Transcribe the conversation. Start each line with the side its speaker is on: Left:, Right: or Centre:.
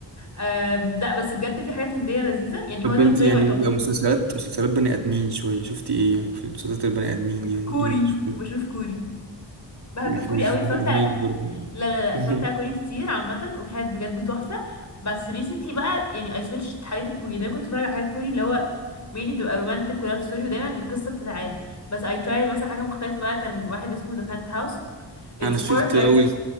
Left: أم، لا بس بجد في حاجات هنديه لذيذه يعني
Right: طب
Left: هو ده
Right: انت
Left: بالنسبه
Right: يعني
Left: لي ماي توب
Right: لو مسلسلات مسلسلات بني ادمين شويه شفتي ايه يعني في مسلسلات البني ادمين يعني
Left: كوري
Right: انجلش وكده
Left: بشوف كوري بحب
Right: مش
Left: الكوري
Right: مش
Left: قوي
Right: بني
Left: اتفرجت
Right: ادمين
Left: على
Right: برضه يعني.
Left: لا لا لا
Right: <laughs>
Left: اتفرجت على كوري كتير عامه وفي حاجات بجد تحفه بس ريسنتلي بقى يعني اي سويتش حاجات الكوري دايما كنت بتفرج على حاجات كوري اللي هو مين بتبقى رومانتك ولاف ستوري ودايما القصه بتتعاد بس اي ترايد مثلا حاجه مختلفه بقى كان واحد اسمه ذا بنت هاوس اتس
Right: انا شفت
Left: مور اوف
Right: اول